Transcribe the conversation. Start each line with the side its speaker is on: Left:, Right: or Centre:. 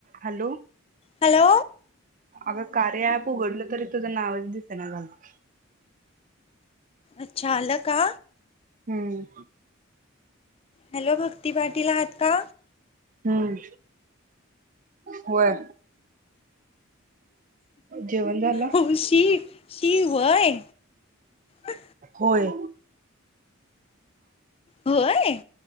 Right: हलो
Left: हॅलो
Right: अग कार्य ऍप उघडलं तरी तुझं नावच दिसेना झाला.
Left: अच्छा आलं का
Right: हम्म
Left: हॅलो भक्ती पाटील आहात का?
Right: हम्म होय जेवण झालं?
Left: हो शि शि होवय अ
Right: होय
Left: होय